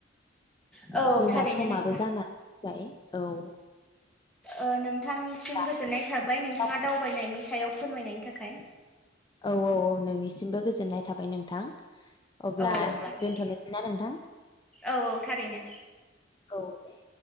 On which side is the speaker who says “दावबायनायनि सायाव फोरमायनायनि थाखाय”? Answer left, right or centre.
Centre